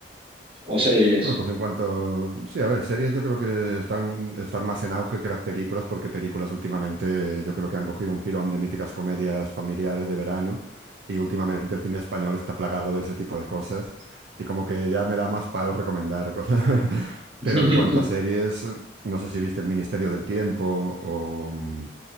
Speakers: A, on the right; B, on the right.
A: O series.
B: Bueno, pues en cuanto... Sí, a ver, series yo creo que están, están más en auge que las películas, porque películas últimamente yo creo que han cogido un filón de míticas comedias familiares de verano, y últimamente el cine español está plagado de ese tipo de cosas, y como que ya me da más palo recomendar cosas. <laughs>
A: <laughs>
B: Pero en cuanto a series, no sé si viste El Ministerio del Tiempo o... mm,